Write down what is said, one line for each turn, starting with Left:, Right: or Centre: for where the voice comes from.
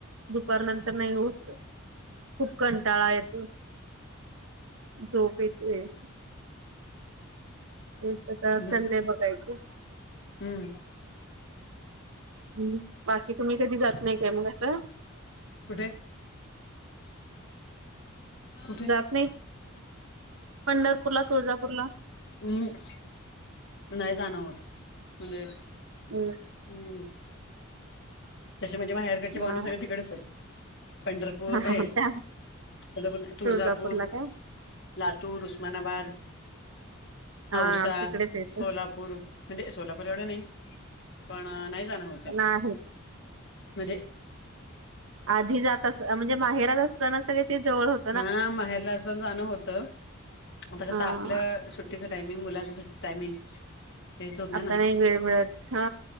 Right: दुपार नंतर नाही होत खूप कंटाळा येतो. झोप येते तेच आता
Left: हम्म
Right: चले बघायचे.
Left: हम्म.
Right: हम्, बाकी तुम्ही कधी जात नाही काय मग असं?
Left: कुठे? कुठे
Right: जात नाही, पंढरपूर ला तुळजापूरला
Left: हम् <unintelligible> नाही जाणं आहोत म्हणजे <unintelligible>
Right: हम् <unintelligible>
Left: हम्. तसे माझ्या माहेरकडचे पाहुणे
Right: हा
Left: सगळे तिकडेच आहेत. पंढरपूर आहे.
Right: हा त्या
Left: पंढरपूर, तुळजापूर
Right: तुळजापूरला काय
Left: लातूर, उस्मानाबाद,
Right: हा
Left: औसा,
Right: तिकडेच येते
Left: सोलापूर पूर म्हणजे सोलापूर एवढे नाही, पण नाही जाणं होत.
Right: नाही.
Left: म्हणजे.
Right: आधी जात अस, म्हणजे माहेरात असताना सगळे ते जवळ होत.
Left: हा माहेरला अस जाणं होतं, आता कसं
Right: हा
Left: आपलं सुट तिचं टायमिंग, मुलाच टायमिंग तेच होत नाही
Right: आता
Left: ना,
Right: वेळ मिळत हा